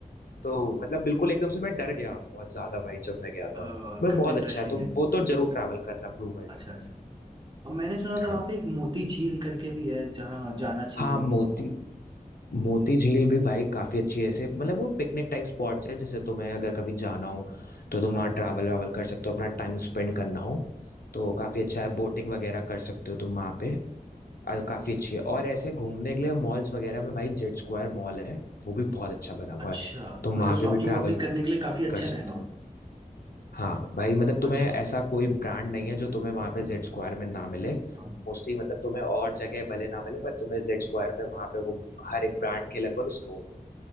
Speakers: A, on the left (about 85°); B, on the right (about 30°).
A: तो मतलब बिल्कुल एकदम से मैं डर गया बहुत ज्यादा भाई जब मैं गया
B: अ,
A: था मैं
B: काफी
A: बहुत
B: इंटरेस्टिंग
A: अच्छा है तो
B: है
A: वो तो जरूर ट्रैवल करना ब्लू वर्ल्ड
B: अच्छा अच्छा अब मैंने सुना
A: हाँ
B: था वहां पे एक मोती झील करके भी है जहाँ जाना चाहिए
A: हाँ
B: लोगों
A: मोती
B: को।
A: मोती झील भी भाई काफी अच्छी है ऐसे मतलब वो पिकनिक टाइप स्पॉट्स है जैसे तुम्हें अगर कभी जाना हो तो तुम
B: हाँ
A: वहाँ
B: हाँ
A: ट्रैवल वावल कर सकते हो अपना टाइम स्पेंड करना हो तो काफी अच्छा है बोटिंग वगैरह कर सकते हो तुम वहाँ पे आ, काफी अच्छी है और ऐसे घूमने के लिए मॉल्स वगैरह में भाई जेड स्क्वायर मॉल है वो भी बहुत अच्छा बना हुआ
B: अच्छा
A: है तुम
B: मतलब
A: वहां पे
B: शॉपिंग
A: भी ट्रैवल
B: वॉपिंग करने के लिए काफी अच्छा
A: कर सकते
B: रहेगा वो।
A: हो हाँ भाई मतलब तुम्हें
B: अच्छा
A: ऐसा कोई ब्रांड नहीं है जो तुम्हें वहां पे जेड स्क्वायर में ना मिले
B: अब
A: मोस्टली मतलब तुम्हें और जगह भले ना मिले पर तुम्हें जेड स्क्वायर पे वहां पे वो हर एक ब्रांड के लगभग स्टोर